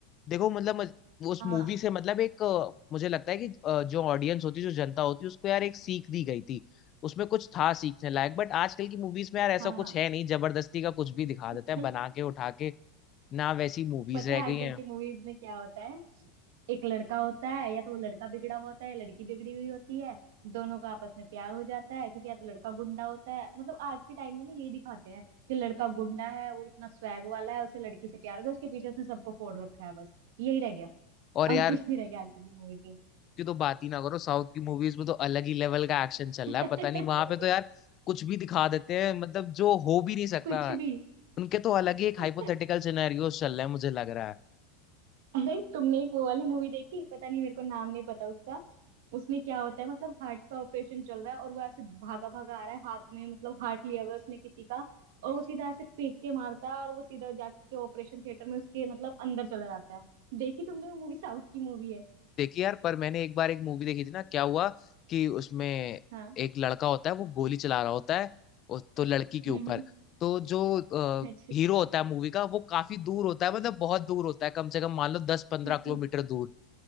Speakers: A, on the left (about 35°); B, on the right (about 70°).
A: देखो मतलब मज- वो उस
B: हाँ
A: मूवी से मतलब एक अ, मुझे लगता है कि अ, जो ऑडियंस होती है जो जनता होती है उसको यार एक सीख दी गई थी उसमें कुछ था सीखने लायक बट आजकल की मूवीज में यार ऐसा
B: हाँ
A: कुछ है नहीं जबरदस्ती का कुछ भी दिखा देता
B: <laughs>
A: है बना के उठा के ना वैसी मूवीज
B: पता
A: रह
B: है आजकल
A: गई हैं
B: की मूवीज में क्या होता है एक लड़का होता है या तो वो लड़का बिगड़ा हुआ होता है या लड़की बिगड़ी हुई होती है दोनों का आपस में प्यार हो जाता है ठीक है या तो लड़का गुंडा होता है मतलब आज के टाइम में ना यही दिखाते हैं कि लड़का गुंडा है वो इतना स्वैग वाला है उसे लड़की से प्यार हो गया उसके पीछे उसने सबको फोड़ रखा है बस यही रह गया
A: और यार
B: और कुछ नहीं रह गया आजकल की मूवीज में
A: की तो बात ही ना करो साउथ की मूवीज में तो अलग ही लेवल का एक्शन चल
B: <laughs>
A: रहा है पता नहीं वहां पे तो यार कुछ भी दिखा देते हैं मतलब जो हो भी नहीं सकता
B: कुछ भी
A: उनके तो अलग ही एक
B: <laughs>
A: हाइपोथेटिकल सिनेरियोस चल रहे हैं मुझे लग रहा है
B: अरे तुमने एक वो वाली मूवी देखी पता नहीं मेरे को नाम नहीं पता उसका उसमें क्या होता है मतलब हार्ट का ऑपरेशन चल रहा है और वो ऐसे भागा भागा आ रहा है हाथ में मतलब हार्ट लिया हुआ है उसने किसी का और वो सीधा ऐसे फेंक के मारता है और वो सीधा जाके ऑपरेशन थिएटर में उसके मतलब अंदर चला जाता है देखी तुमने वो मूवी साउथ की मूवी है
A: देखी यार पर मैंने एक बार एक मूवी देखी थी ना क्या हुआ कि उसमें एक
B: हाँ
A: लड़का होता है वो गोली चला रहा होता है उस- तो लड़की के
B: हम्म
A: ऊपर
B: हम्म,
A: तो जो
B: अच्छा
A: हीरो होता है मूवी का वो काफी दूर होता है मतलब बहुत दूर होता है कम से कम मान लो दस पंद्रह
B: <laughs>
A: किलोमीटर दूर